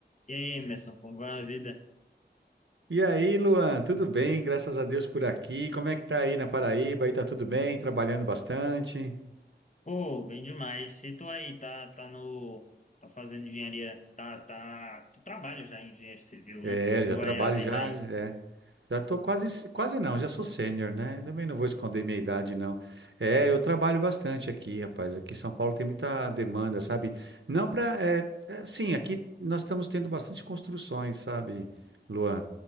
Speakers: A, on the left (about 40°); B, on the right (about 85°).
A: E aí, Emerson, como vai a vida?
B: E aí, Luan, tudo bem? Graças a Deus por aqui. Como é que tá aí na Paraíba? Aí tá tudo bem? Trabalhando bastante?
A: Pô, bem demais. Se tu aí tá, tá no, tá fazendo engenharia, tá, tá, tu trabalha já em engenharia civil,
B: É,
A: né? Como
B: já
A: vai
B: trabalho
A: a vida
B: já,
A: aí?
B: é. Já tô quase, quase não, já sou sênior, né? Também não vou esconder minha idade, não. É, eu trabalho bastante aqui, rapaz. Aqui em São Paulo tem muita demanda, sabe? Não para, é, é, sim, aqui nós estamos tendo bastante construções, sabe, Luan?